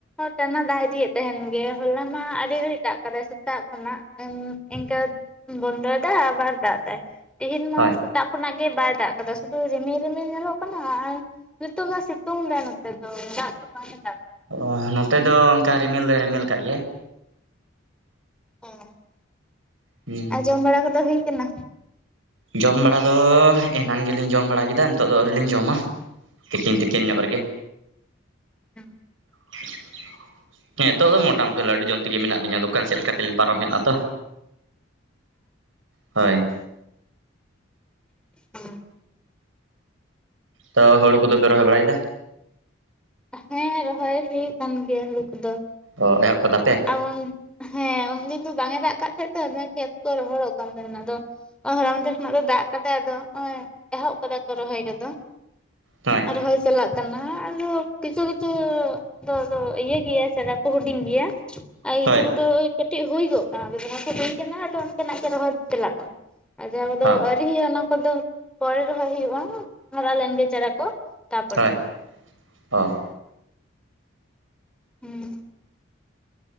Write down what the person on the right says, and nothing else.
ᱦᱳᱭ
ᱚ ᱱᱚᱛᱮ ᱫᱚ ᱚᱱᱠᱟ ᱨᱤᱢᱤᱞ ᱫᱚᱭ ᱨᱤᱢᱮᱞ ᱠᱟᱜ ᱜᱮᱭᱟᱭ
ᱦᱮᱸ
ᱡᱚᱢ ᱵᱟᱲᱟ ᱫᱚ ᱮᱱᱟᱱ ᱜᱮᱞᱤᱧ ᱡᱚᱢ ᱵᱟᱲᱟ ᱠᱮᱫᱟ ᱱᱤᱛᱚᱜ ᱫᱚ ᱟᱹᱣᱨᱤ ᱞᱤᱧ ᱡᱚᱢᱟ ᱛᱤᱠᱤᱱ ᱛᱤᱠᱤᱱ ᱧᱚᱜ ᱨᱮᱜᱮ
ᱦᱮᱸ <inaudible> ᱦᱮᱸ ᱱᱤᱛᱚᱜ ᱫᱚ ᱢᱚᱴᱟᱢᱩᱴᱤ ᱞᱟᱹᱰᱩ ᱡᱚᱢ ᱛᱮᱜᱮ ᱢᱮᱱᱟᱜ ᱞᱤᱧᱟ ᱫᱚᱠᱟᱱ ᱥᱮᱫ ᱞᱮᱠᱟ ᱛᱮᱞᱤᱧ ᱯᱟᱨᱚᱢ ᱦᱮᱡᱱᱟ ᱛᱚ ᱦᱳᱭ
ᱛᱚ ᱦᱩᱲᱩ ᱠᱚ ᱫᱚ ᱯᱮ ᱨᱚᱦᱚᱭ ᱵᱟᱲᱟᱭᱮᱫᱟ
ᱚ ᱮᱦᱚᱵ ᱠᱟᱫᱟ ᱯᱮ
ᱦᱳᱭ
ᱦᱳᱭ
ᱦᱚᱸ
ᱦᱳᱭ ᱚ